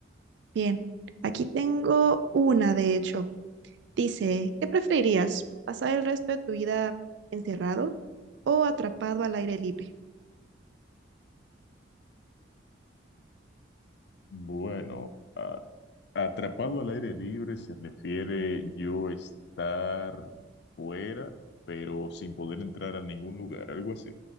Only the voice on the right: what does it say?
Bien. Aquí tengo una, de hecho. Dice, ¿qué preferirías? ¿Pasar el resto de tu vida encerrado o atrapado al aire libre?